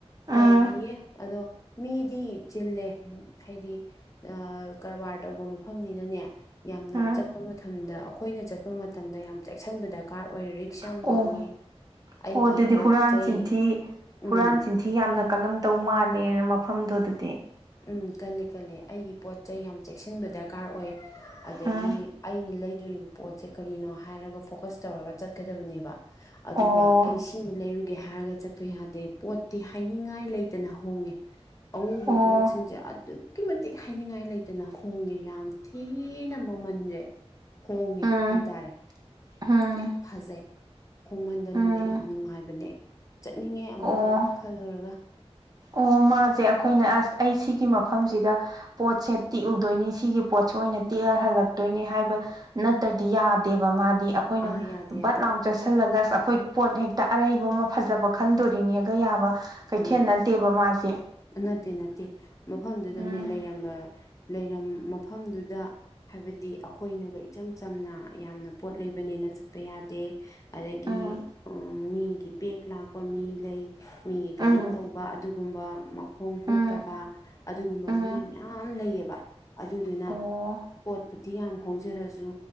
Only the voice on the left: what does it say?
ꯌꯥꯝ ꯐꯩꯌꯦ ꯑꯗꯣ ꯃꯤꯗꯤ ꯆꯤꯜꯂꯦ ꯍꯥꯏꯗꯤ ꯀꯔꯕꯥꯔ ꯇꯧꯕ ꯃꯐꯝꯅꯤꯅꯅꯦ ꯌꯥꯝꯅ
ꯆꯠꯄ ꯃꯇꯝꯗ ꯑꯩꯈꯣꯏꯅ ꯆꯠꯄ ꯃꯇꯝꯗ ꯌꯥꯝ ꯆꯦꯛꯁꯤꯟꯕ ꯗꯔꯀꯥꯔ ꯑꯣꯏ ꯔꯤꯛꯁ ꯌꯥꯝ
ꯋꯥꯡꯉꯦ ꯑꯩꯒꯤ
ꯄꯣꯠ
ꯆꯩꯩ
ꯎꯝ
ꯎꯝ ꯀꯜꯂꯤ ꯀꯜꯂꯤ ꯑꯩꯒꯤ ꯄꯣꯠ ꯆꯩꯩ ꯌꯥꯝ ꯆꯦꯛꯁꯤꯟꯕ ꯗꯔꯀꯥꯔ ꯑꯣꯏ ꯑꯗꯒꯤ
ꯑꯩꯅ ꯂꯩꯗꯣꯔꯤꯕ ꯄꯣꯠꯁꯦ ꯀꯔꯤꯅꯣ ꯍꯥꯏꯔꯒ ꯐꯣꯀꯁ ꯇꯧꯔꯒ ꯆꯠꯀꯗꯕꯅꯦꯕ ꯑꯗꯨꯒ
ꯑꯩꯁꯤ ꯁꯤꯃ ꯂꯩꯔꯨꯒꯦ ꯍꯥꯏꯔꯒ ꯆꯠꯄ ꯌꯥꯗꯦ ꯄꯣꯠꯇꯤ ꯍꯥꯏꯅꯤꯡꯉꯥꯏ ꯂꯩꯇꯅ ꯍꯣꯡꯉꯦ ꯑꯕꯄꯣ
ꯑꯗꯨꯛꯀꯤ ꯃꯇꯤꯛ ꯍꯥꯏꯅꯤꯡꯉꯥꯏ ꯂꯩꯇꯅ ꯍꯣꯡꯉꯦ ꯌꯥꯝ ꯊꯤꯅ ꯃꯃꯜꯁꯦ ꯍꯣꯡꯉꯦ
ꯍꯥꯏꯇꯥꯔꯦ
ꯌꯥꯝ ꯐꯖꯩ ꯈꯣꯡꯃꯟꯗꯅꯅꯦ
ꯌꯥꯝ ꯅꯨꯡꯉꯥꯏꯕꯅꯦ ꯆꯠꯅꯤꯡꯉꯦ ꯑꯃꯨꯛꯀ
ꯈꯜꯂꯨꯔꯒ
ꯑꯥ ꯌꯥꯗꯦ
ꯌꯥꯗꯦ
ꯎꯝ
ꯅꯠꯇꯦ ꯅꯠꯇꯦ ꯃꯐꯝꯗꯨꯗꯅꯦ
ꯂꯩꯔꯝꯕ ꯂꯩꯔꯝ ꯃꯐꯝꯗꯨꯗ ꯍꯥꯏꯕꯗꯤ ꯑꯩꯈꯣꯏꯅꯒ ꯏꯆꯝ ꯆꯝꯅ ꯌꯥꯝꯅ ꯄꯣꯠ ꯂꯩꯕꯅꯦꯅ ꯆꯠꯄ ꯌꯥꯗꯦ ꯑꯗꯒꯤ
ꯃꯤꯒꯤ ꯕꯦꯛ ꯂꯥꯛꯄ ꯃꯤ ꯂꯩ ꯃꯤꯒꯤ ꯀꯩꯅꯣ
ꯇꯧꯕ ꯑꯗꯨꯒꯨꯝꯕ ꯃꯈꯣꯡ ꯍꯨꯛ
ꯗꯥꯇꯥ ꯑꯗꯨꯒꯨꯝꯕ
ꯃꯤ ꯃꯌꯥꯝ ꯂꯩꯌꯦꯕ ꯑꯗꯨꯗꯨꯅ
ꯄꯣꯠꯄꯨꯗꯤ ꯌꯥꯝ ꯍꯣꯡꯖꯔꯁꯨ